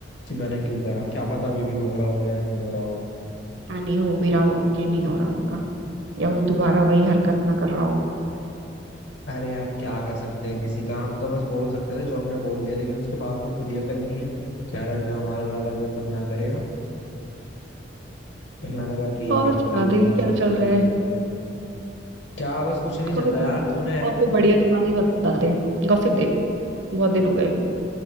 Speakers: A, on the left; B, on the right.
A: कि मैंने क्यों करा क्या पता अभी भी हो रहा हो या नहीं हो रहा हो
B: पता नहीं हो भी रहा होगा कि नहीं हो रहा होगा या वो दोबारा वही हरकत ना कर रहा हो
A: अरे आप क्या कर सकते हैं किसी का हम तो बस बोल सकते थे जो हमने बोल दिया लेकिन उसके बाप ने खुद ही अकल नहीं है कह रहा है हमारा लड़का जो करना करेगा तो मैंने कहा ठीक
B: और
A: है अंकल
B: सुना दे
A: मेरे
B: क्या
A: से
B: चल
A: गलती
B: रहा
A: हो
B: है
A: गई क्या बस कुछ नहीं चल
B: और कोई
A: रहा यार तूने
B: और कोई बढ़िया सी कहानी बता दे गॉसिप देख बहुत दिन हो गए